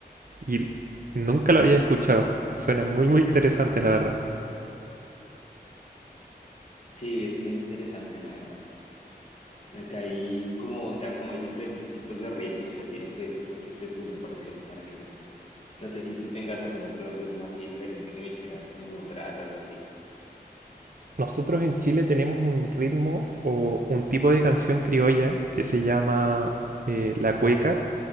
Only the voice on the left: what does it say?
Sí, es muy interesante, la verdad. Acá hay como, o sea, como hay diferentes tipos de ritmos y así, pues este es uno para, decir para que sepas. No sé si tú tengas algún otro ritmo así diferente que me quieras como nombrar o algo así.